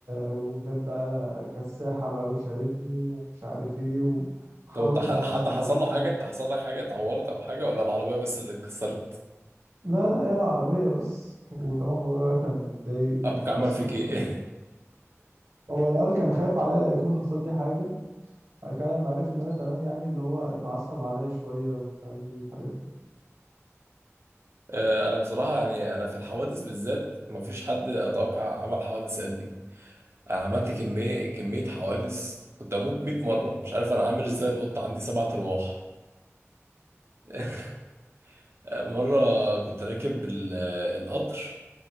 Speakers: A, on the right (about 75°); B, on the right (about 55°).
A: وجت بقى كساحه بقى وشالتني ومش عارف ايه وحاولت
B: طب انت ح-
A: ان انا اصلحها
B: حد حصل له حاجه انت حصل لك حاجه اتعورت او حاجه ولا العربيه بس اللي اتكسرت
A: لا لا هي العربية بس وطبعا بابايا بقى كان متضايق ومتعصب
B: ابوك عمل فيك
A: شوية
B: ايه <laughs>
A: هو الأول كان خايف عليا لا يكون حصل لي حاجة بعد كده لما عرف إن أنا تمام يعني اللي هو اتعصب عليا شوية ومش عارف إيه الحاجات دي
B: آه، انا بصراحه يعني انا في الحوادث بالذات مفيش حد اتوقع عمل حوادث قد دي أنا عملت كميه كميه حوادث كنت اموت 100 مره مش عارف انا عامل ازاي القطه عندي سبع ارواح <laughs> مرة كنت راكب ال- القطر